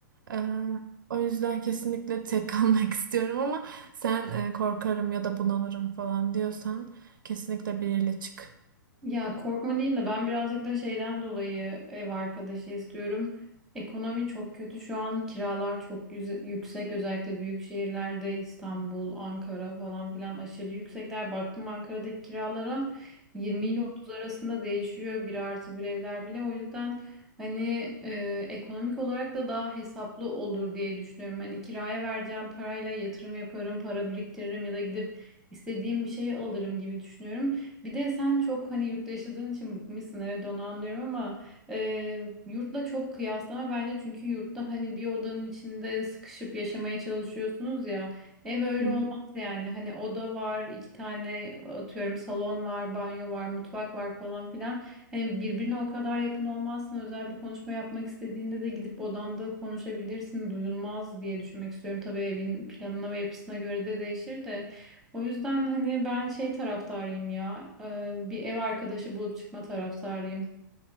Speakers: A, on the right; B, in the centre.
A: E, o yüzden kesinlikle tek <laughs> kalmak istiyorum ama sen e, korkarım ya da bunalırım falan diyorsan kesinlikle biriyle çık.
B: Ya korkma değil de ben birazcık da şeyden dolayı ev arkadaşı istiyorum. Ekonomi çok kötü şu an kiralar çok yüze- yüksek özellikle büyük şehirlerde İstanbul, Ankara falan filan aşırı yüksekler. Baktım Ankara'daki kiralara 20
A: Hı
B: ile
A: hı,
B: 30 arasında değişiyor bir artı bir evler bile o yüzden hani e, ekonomik olarak da daha hesaplı olur diye düşünüyorum. Hani kiraya vereceğim parayla yatırım yaparım, para biriktiririm ya da gidip istediğim bir şeyi alırım gibi düşünüyorum. Bir de sen çok hani yurtta yaşadığın için bıkmışsın evet onu anlıyorum ama e, yurtla çok kıyaslama bence çünkü yurtta hani bir odanın içinde sıkışıp yaşamaya çalışıyorsunuz ya ev öyle
A: hı hı,
B: olmaz yani hani oda var iki tane atıyorum salon var banyo var mutfak var falan filan hani birbirine o kadar yakın olmazsın özel bir konuşma yapmak istediğinde de gidip odanda konuşabilirsin duyulmaz diye düşünmek istiyorum tabii evin planına ve yapısına göre de değişir de. O yüzden hani ben şey taraftarıyım ya. e, Bir ev arkadaşı bulup çıkma taraftarıyım.